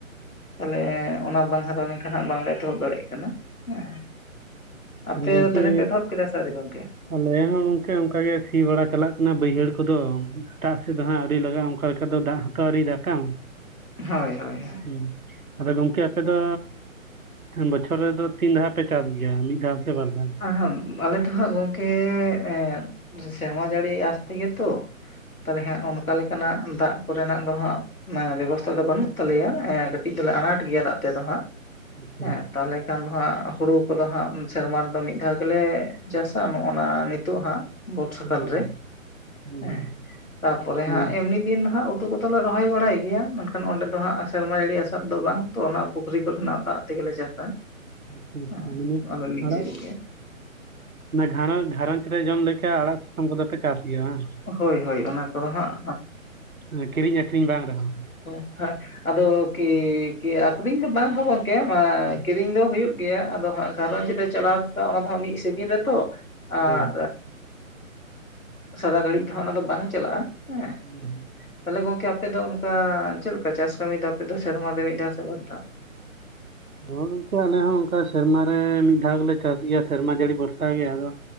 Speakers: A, on the left (about 80°); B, on the right (about 80°).
A: ᱛᱟᱦᱚᱞᱮ ᱚᱱᱟ ᱵᱟᱝ ᱦᱟᱨᱟ ᱞᱮᱱᱠᱷᱟᱱ ᱦᱟᱸᱜ ᱵᱟᱝ ᱞᱮ ᱮᱛᱚᱦᱚᱵ ᱫᱟᱲᱮᱭᱟᱜ ᱠᱟᱱᱟ᱾ ᱦᱮᱸ ᱟᱯᱮ
B: ᱟᱫᱚ ᱜᱚᱝᱠᱮ
A: ᱛᱟᱦᱚᱞᱮ ᱯᱮ ᱮᱛᱚᱦᱚᱵ ᱠᱮᱫᱟ ᱥᱮ ᱟᱹᱣᱨᱤ ᱜᱚᱝᱠᱮ?
B: ᱟᱞᱮ ᱦᱚᱸ ᱜᱚᱝᱠᱮ ᱚᱱᱠᱟ ᱜᱮ ᱥᱤ ᱵᱟᱲᱟ ᱪᱟᱞᱟᱜ ᱠᱟᱱᱟ ᱵᱟᱹᱭᱦᱟᱹᱲ ᱠᱚᱫᱚ ᱮᱴᱟᱜ ᱥᱮᱫ ᱫᱚ ᱦᱟᱸᱜ ᱟᱹᱣᱨᱤ ᱞᱟᱜᱟᱜ-ᱟ᱾ ᱚᱠᱟ ᱞᱮᱠᱟ ᱫᱚ ᱫᱟᱜ ᱦᱚᱛᱚ ᱟᱹᱣᱨᱤᱭ ᱫᱟᱜᱟ
A: ᱦᱚᱭ ᱦᱚᱭ ᱦᱚᱭ
B: ᱦᱮᱸ ᱟᱫᱚ ᱜᱚᱝᱠᱮ ᱟᱯᱮ ᱫᱚᱻ ᱵᱚᱪᱷᱚᱨ ᱨᱮᱫᱚ ᱛᱤᱱ ᱫᱷᱟᱣ ᱯᱮ ᱪᱟᱥ ᱜᱮᱭᱟ ᱢᱤᱫ ᱫᱷᱟᱣ ᱥᱮ ᱵᱟᱨ ᱫᱷᱟᱣ?
A: ᱟᱦᱟᱸ ᱟᱞᱮ ᱫᱚ ᱦᱟᱸᱜ ᱜᱚᱝᱠᱮ ᱮ ᱥᱮᱨᱢᱟ ᱡᱟᱹᱲᱤ ᱟᱥᱛᱮᱜᱮ ᱛᱚ ᱛᱟᱦᱚᱞᱮ ᱦᱟᱸᱜ ᱚᱱᱠᱟ ᱞᱮᱠᱟᱱᱟᱜ ᱫᱟᱜ ᱠᱚ ᱨᱮᱱᱟᱜ ᱫᱚ ᱦᱟᱸᱜ ᱵᱮᱵᱚᱥᱛᱷᱟ ᱫᱚ ᱵᱟᱹᱱᱩᱜ ᱛᱟᱞᱮᱭᱟ ᱮᱸ
B: ᱟᱪᱪᱷᱟ
A: ᱠᱟᱹᱴᱤᱡ ᱫᱚᱞᱮ ᱟᱱᱟᱴ ᱜᱮᱭᱟ ᱫᱟᱜ ᱛᱮᱫᱚ ᱦᱟᱸᱜ
B: ᱟᱪᱪᱷᱟ
A: ᱦᱮᱸ ᱛᱟᱦᱚᱞᱮ ᱠᱷᱟᱱ ᱫᱚ ᱦᱟᱸᱜ ᱦᱩᱲᱩ ᱠᱚᱫᱚ ᱦᱟᱸᱜ ᱥᱮᱨᱢᱟ ᱨᱮᱫᱚ ᱢᱤᱫ ᱫᱷᱟᱣ ᱜᱮᱞᱮ ᱪᱟᱥᱟ ᱱᱚᱜ ᱚᱱᱟ ᱱᱤᱛᱚᱜ ᱦᱟᱸᱜ ᱵᱚᱨᱥᱟ
B: ᱦᱩᱸ
A: ᱠᱟᱞ ᱨᱮ
B: ᱦᱩᱸ
A: ᱦᱮᱸ ᱛᱟᱨᱯᱚᱨᱮ
B: ᱦᱩᱸ
A: ᱦᱟᱸᱜ
B: ᱦᱩᱸ
A: ᱮᱢᱱᱤ ᱫᱤᱱ ᱫᱚ ᱦᱟᱸᱜ ᱩᱛᱩ ᱠᱚᱛᱚ ᱞᱮ ᱨᱚᱦᱚᱭ ᱵᱟᱲᱟᱭ ᱜᱮᱭᱟ ᱢᱮᱱᱠᱷᱟᱱ ᱚᱸᱰᱮ ᱫᱚ ᱦᱟᱸᱜ ᱥᱮᱨᱢᱟ ᱡᱟᱹᱲᱤ ᱟᱥᱟᱵ ᱫᱚ ᱵᱟᱝ ᱛᱚ ᱚᱱᱟ ᱯᱩᱠᱷᱨᱤ ᱠᱚ ᱨᱮᱱᱟᱜ ᱫᱟᱜ ᱛᱮᱜᱮ ᱞᱮ ᱪᱟᱥᱟ
B: <unintelligible>
A: ᱦᱮᱸ ᱢᱤᱫ
B: ᱚᱱᱟ
A: ᱥᱤᱡᱤᱱ ᱜᱮ
B: ᱜᱷᱟᱸᱨᱚ ᱜᱷᱟᱸᱨᱚᱧᱡᱽ ᱨᱮ ᱡᱚᱢ ᱞᱮᱠᱟ ᱟᱲᱟᱜ ᱥᱟᱠᱟᱢ ᱠᱚᱫᱚ ᱯᱮ ᱪᱟᱥ ᱜᱮᱭᱟ ᱵᱟᱝ
A: ᱦᱳᱭ ᱦᱳᱭ ᱚᱱᱟ ᱠᱚᱫᱚ ᱦᱟᱸᱜ
B: ᱮᱸ, ᱠᱤᱨᱤᱧ ᱟᱹᱠᱷᱨᱤᱧ ᱵᱟᱝ ᱨᱮᱦᱚᱸ
A: ᱦᱮᱸ ᱟᱫᱚ ᱠᱤ ᱠᱤ ᱟᱹᱠᱷᱨᱤᱧ ᱫᱚ ᱵᱟᱝ ᱦᱳ ᱜᱚᱝᱠᱮ ᱢᱟ
B: ᱦᱩᱸ,
A: ᱠᱤᱨᱤᱧ ᱫᱚ ᱦᱩᱭᱩᱜ- ᱜᱮᱭᱟ ᱟᱫᱚ ᱦᱟᱸᱜ ᱜᱷᱟᱸᱨᱚᱸᱡᱽ ᱨᱮ ᱪᱟᱞᱟᱣ ᱚᱱᱟ ᱫᱚ ᱦᱟᱸᱜ ᱢᱤᱫ ᱥᱤᱡᱤᱱ ᱨᱮᱛᱚ ᱟᱨ
B: ᱦᱳᱭ
A: ᱥᱟᱨᱟ ᱜᱷᱟᱹᱲᱤᱡ ᱫᱚ ᱦᱟᱸᱜ ᱚᱱᱟ ᱫᱚ ᱵᱟᱝ ᱪᱟᱞᱟᱜ-ᱟ ᱦᱮᱸ
B: <unintelligible>
A: ᱛᱟᱦᱚᱞᱮ ᱜᱚᱝᱠᱮ ᱟᱯᱮ ᱫᱚ ᱚᱱᱠᱟ ᱪᱮᱫ ᱞᱮᱠᱟ ᱪᱟᱥ ᱠᱟᱹᱢᱤ ᱫᱚ ᱟᱯᱮ ᱫᱚ ᱥᱮᱨᱢᱟ ᱨᱮ ᱢᱤᱫ ᱫᱷᱟᱣ ᱥᱮ ᱵᱟᱨ ᱫᱷᱟᱣ?
B: ᱦᱚᱸ ᱜᱚᱝᱠᱮ ᱟᱞᱮ ᱦᱚᱸ ᱚᱱᱠᱟ ᱥᱮᱨᱢᱟ ᱨᱮ ᱢᱤᱫ ᱫᱷᱟᱣ ᱜᱮᱞᱮ ᱪᱟᱥ ᱜᱮᱭᱟ ᱥᱮᱨᱢᱟ ᱡᱟᱹᱲᱤ ᱵᱷᱚᱨᱥᱟ ᱜᱮ ᱟᱫᱚ